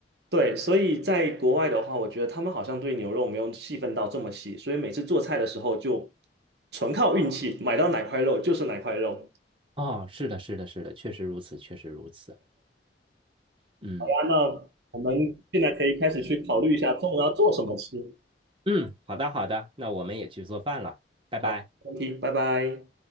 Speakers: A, on the right (about 65°); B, on the right (about 30°).
A: 对，所以在国外的话，我觉得他们好像对牛肉没有细分到这么细，所以每次做菜的时候就纯靠运气，买到哪块肉就是哪块肉。
B: 哦，是的，是的，是的，确实如此，确实如此。嗯
A: 啊那我们现在可以开始去考虑一下中午要做什么吃。
B: 嗯，好的，好的，那我们也去做饭了，拜拜。
A: 好，没问题，拜拜。